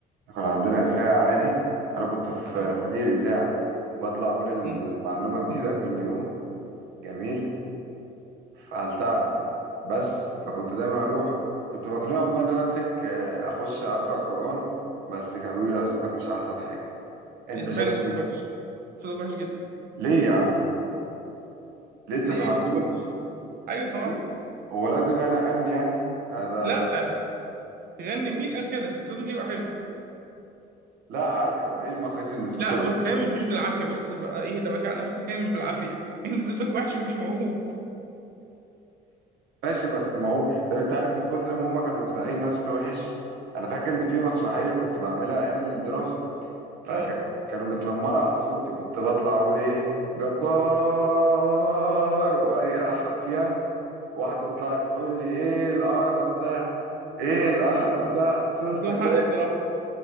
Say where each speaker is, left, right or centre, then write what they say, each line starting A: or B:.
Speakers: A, on the right; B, on the right.
A: كان عندنا إذاعة عادي أنا كنت في
B: اه
A: فريق الإذاعة بطلع أقول المعلومة
B: مم.
A: جديدة كل يوم جميل فهل تعلم دي بس فكنت دايما أروح كنت بقنعهم بقى إن أنا أمسك آه، أخش أقرأ قرآن بس كانوا بيقولوا لي لا صوتك مش أحسن حاجة أنت
B: انت
A: شايف
B: فعلا صوتك
A: إيه؟
B: وحش صوتك وحش جدا
A: ليه يا عم؟ ليه أنت
B: ليه
A: سمعتني؟
B: صوت وحش ايوه سمعتك
A: ليه؟ هو لازم يعني أغني يعني؟ آه، ده
B: لا
A: ده
B: غني مين قال كده صوتك يبقى حلو
A: لا عادي هو إيه المقاييس إن الصوت
B: لا
A: يبقى
B: بص هي مش مش بالعافيه بص بقى ايه ده بقى على نفسك هي مش بالعافيه <laughs> انت صوتك وحش ومش موهوب
A: ماشي بس ما هو طب انت عارف من كتر ما هم كانوا مقتنعين الناس بتوع وحش انا فاكر ان في مسرحيه كنت بعملها ايام الدراسه فكانوا
B: اه
A: بتنمروا على صوتي كنت بطلع اقول ايه جبار وايه الحن فيها واحده طلعت تقول لي ايه القرف ده ايه القرف ده صوتك
B: عندهم حق
A: وحش
B: الصراحه